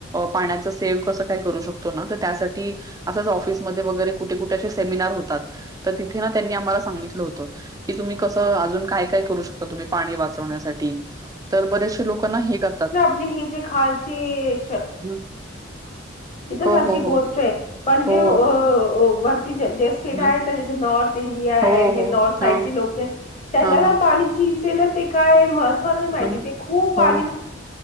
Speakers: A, on the right; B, on the left.
A: पाण्याच सेव कसं काही करू शकतो ना तर त्यासाठी. असंच ऑफिसमध्ये वगैरे कुठे कुठेे सेमिनार होतात तर तिथे ना त्यांनी आम्हाला सांगितलं होतं. कि तुम्ही कसं अजून काय काय करू शकता तुम्ही पाणी वाचवण्यासाठी. तर बरेचसे लोकांना हे करतात.
B: म हेी जे खाल्ची.
A: हं.
B: तथ
A: हो,
B: अ
A: हो,
B: गोष्ट
A: हो.
B: पण जे.
A: हो.
B: ज्या स्टेट
A: हं.
B: आहेत ना ज नॉर्थ इंडिया आहे
A: हो,
B: हे
A: हो.
B: नॉर्थ साईड
A: हां,
B: चे लोक त्याला
A: हां, हां,
B: ना पाणी. तिचे ना ते काय महत्वा नाही माहिती
A: हां.
B: ते खूप
A: हो,
B: पा.